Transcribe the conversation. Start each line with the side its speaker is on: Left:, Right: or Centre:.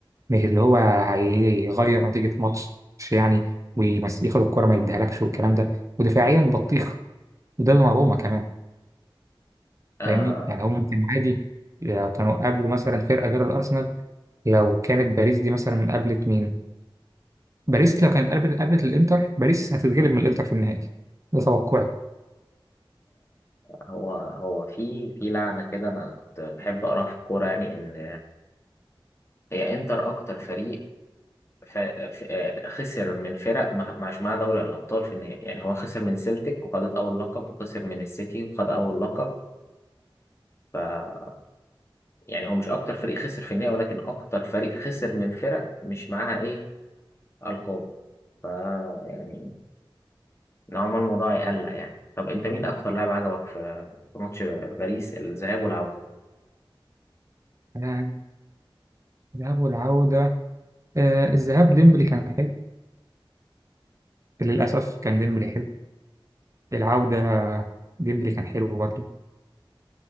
Right: مش اللي هو هيغير نتيجة ماتش يعني وياخد الكرة ما يديهالكش والكلام ده ودفاعيا بطيخ وده دوناروما كمان
Left: آه
Right: فاهمني يعني هم كانوا عادي يعني كانوا قبل مثلا فرقة غير الأرسنال لو كانت باريس دي مثلا قابلت مين باريس لو كانت قابلت قابلت الانتر باريس هتتغلب من الانتر في النهائي ده توقعي
Left: هو هو في في لعنة كده انا كنت بحب اقراها في الكورة يعني ان هي انتر اكتر فريق ف... ف... آه، خسر من فرق ما معش معاها دوري الأبطال في النهائي يعني هو خسر من سيلتيك وخدت أول لقب وخسر من السيتي وخد أول لقب ف يعني هو مش أكتر فريق خسر في النهائي ولكن أكتر فريق خسر من فرق مش معاها إيه ألقاب ف يعني نوعا ما الموضوع يقلق يعني طب أنت مين أكتر لاعب عجبك في في ماتش باريس الذهاب والعودة؟
Right: آه، الذهاب والعودة آه، الذهاب ديمبلي كان حلو للأسف كان ديمبلي حلو العودة ديمبلي كان حلو برضه